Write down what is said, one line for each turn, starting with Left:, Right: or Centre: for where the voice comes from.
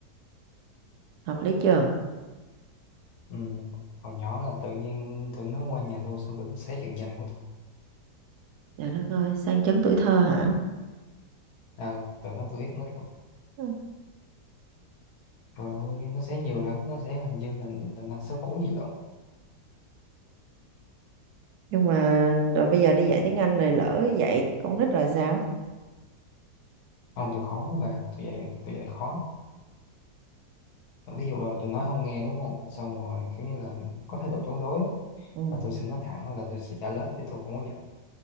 Right: hợp lý chưa
Left: ừ. hồi nhỏ là tự nhiên tụi nó qua nhà tôi xong tụi nó xé trận danh của tôi
Right: trời đất ơi sang chấn tuổi thơ hả
Left: à, từ đó tôi biết nít rồi
Right: ừ.
Left: trời ơi nó xé nhiều lắm nó xé hình như là là năm sáu cuốn gì lận
Right: nhưng mà rồi bây giờ đi dạy tiếng Anh này lỡ dạy con nít rồi sao
Left: không tôi khó lắm bà tôi dạy tôi dạy khó ví dụ là tôi nói không nghe đúng không xong rồi kiểu như là có thái độ chống đối á,
Right: ừ.
Left: là tôi sẽ nói thẳng là tôi sẽ trả lớp chứ tôi không có nhận